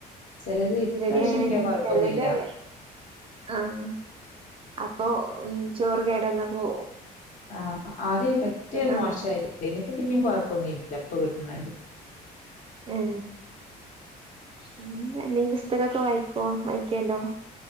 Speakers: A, on the left (about 50°); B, on the right (about 35°).
A: ചിലത് ഇപ്രാവശ്യം
B: ഇവിടേം അങ്ങനെന്നെ
A: കിട്ടിയത് കൊഴപ്പൊന്നുമില്ല
B: ചെലതല്ലേ ആഹ് അപ്പൊ ചോറ് കേടന്ന പോ
A: ആഹ് ആദ്യ പറ്റേ
B: ആഹ്
A: മോശായിരിക്ക എനിപ്പോ പിന്നേും കൊഴപ്പൊന്നുംല്ല അപ്പ കിട്ടണ അരി
B: ഏഹ് പിന്നന്ത ഈ പുസ്തകമൊക്കെ വായിക്കുവോ വായിക്കേണ്ടോ